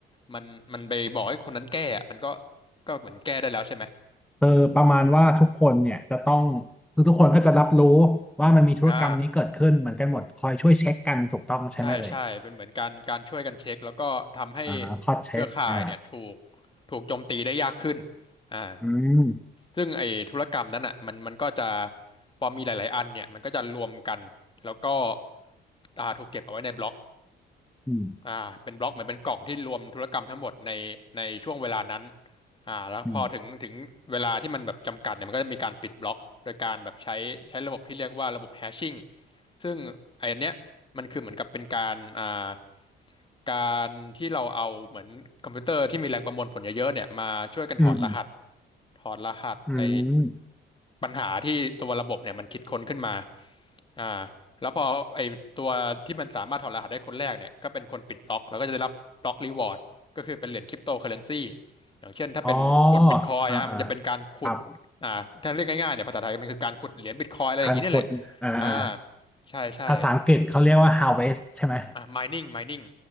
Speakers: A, on the left; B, in the centre.
A: มันมันไปบอกให้คนนั้นแก้อะมันก็ก็เหมือนแก้ได้แล้วใช่ไหม
B: เออประมาณว่าทุกคนเนี่ยจะต้องคือทุกคนก็จะรับรู้ว่ามันมีธุรกรรมนี้เกิดขึ้นเหมือนกันหมดคอยช่วยเช็คกันถูกต้องใช่ไหมเอ่ย
A: อ่า ใช่ใช่เป็นเหมือนการการช่วยกันเช็คแล้วก็ทำให้
B: อ่าคอยเช็คอ่า
A: เครือข่ายเนี่ยถูกถูกโจมตีได้ยากขึ้นอ่า
B: อืม
A: ซึ่งไอ้ธุรกรรมนั้นอ่ะมันมันก็จะพอมีหลายๆอันเนี่ยมันก็จะรวมกันแล้วก็อ่าถูกเก็บเอาไว้ในบล็อก
B: อืม
A: อ่าเป็นบล็อกเหมือนเป็นกล่องที่รวมธุรกรรมทั้งหมดในในช่วงเวลานั้นอ่าแล้วพอถึงถึงเวลาที่มันแบบจำกัดเนี่ยมันก็จะมีการปิดบล็อกโดยการแบบใช้ใช้ระบบที่เรียกว่าระบบแฮชชิ่ง
B: อืม
A: ซึ่งไออันเนี้ยมันคือเหมือนกับเป็นการอ่าการที่เราเอาเหมือนคอมพิวเตอร์ที่มีแรงประมวลผลเยอะๆเนี่ยมาช่วยกันถอดรหัส
B: อืม
A: ถอดรหัสไอ
B: อืม
A: ปัญหาที่ตัวระบบเนี่ยมันคิดค้นขึ้นมาอ่า แล้วพอไอตัวที่มันสามารถถอดรหัสได้คนแรกเนี่ยก็เป็นคนปิดบล็อกแล้วก็จะได้รับบล็อกรีวอร์ดก็คือเป็นเหรียญคริปโตเคอเรนซีอย่างเช่นถ้าเป็นกดบิตคอยอ่ะมันจะเป็นการขุด
B: อ๋ออ่าอ่าครับ
A: อ่าถ้าเรียกง่ายๆเนี่ยภาษาไทยมันคือการขุดเหรียญบิตคอยอะไรอย่างนี้นี่แหละอ่า
B: คานคดอ่าอ่า
A: ใช่ใช่
B: ภาษาอังกฤษเขาเรียกว่า harvest ใช่ไหม
A: อ่า mining mining